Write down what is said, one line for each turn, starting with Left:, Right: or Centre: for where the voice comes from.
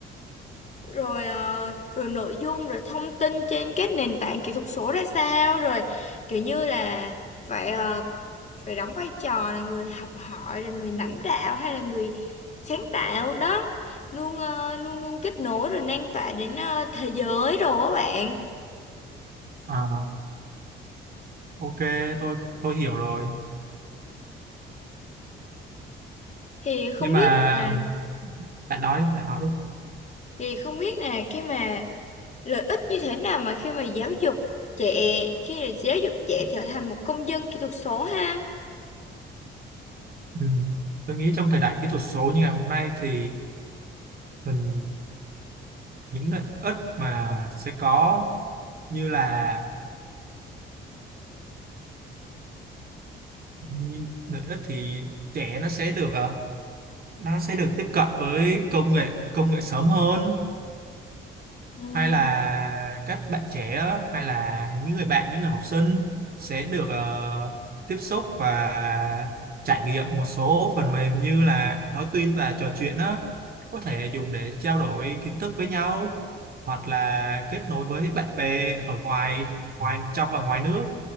Left: rồi ờ, rồi nội dung rồi thông tin trên các nền tảng kỹ thuật số ra sao rồi kiểu như là phải ờ, phải đóng vai trò là người học hỏi là người lãnh đạo hay là người sáng tạo đó luôn ờ, luôn luôn kết nối rồi lan tỏa đến ờ, thế giới rồi các bạn
Right: à, ok tôi tôi hiểu rồi
Left: thì không
Right: nhưng mà
Left: biết là
Right: bạn nói đi, bạn nói đi
Left: thì không biết là khi mà lợi ích như thế nào mà khi mà giáo dục trẻ khi mà giáo dục trẻ trở thành một công dân kỹ thuật số ha
Right: Ừm, tôi nghĩ trong thời đại kỹ thuật số như ngày hôm nay thì mình những lợi ích mà sẽ có như là như lợi ích thì trẻ nó sẽ được ờ, nó sẽ được tiếp cận với công nghệ công nghệ sớm hơn
Left: Ừ.
Right: hay là các bạn trẻ hay là những người bạn những người học sinh sẽ được ờ, tiếp xúc và trải nghiệm một số phần mềm như là nói tuyên và trò chuyện đó có thể dùng để trao đổi kiến thức với nhau hoặc là kết nối với bạn bè ở ngoài ngoài trong và ngoài nước